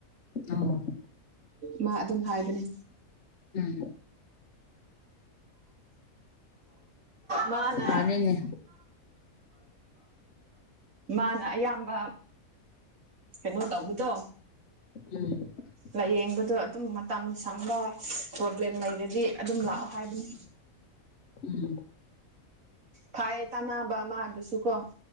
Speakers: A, on the left; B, on the right.
A: ꯑꯣ
B: ꯃꯥ ꯑꯗꯨꯝ ꯍꯥꯏꯕꯅꯦ
A: ꯎꯝ
B: ꯃꯥꯅꯥ
A: ꯐꯔꯦꯅꯦ
B: ꯃꯥꯅꯥ ꯑꯌꯥꯝꯕꯥ ꯀꯩꯅꯣ ꯇꯧꯕꯗꯣ
A: ꯑꯝ
B: ꯂꯩꯌꯦꯡꯕꯗꯨ ꯑꯗꯨꯝ ꯃꯇꯝ ꯁꯪꯕ ꯄ꯭ꯔꯣꯕꯂꯦꯝ ꯂꯩꯔꯗꯤ ꯑꯗꯨꯝ ꯂꯥꯛꯑꯣ ꯍꯥꯏꯕꯅꯤ
A: ꯑꯝ
B: ꯐꯩꯌꯦ ꯇꯥꯟꯅꯕ ꯃꯥꯒꯤꯁꯨ ꯀꯣ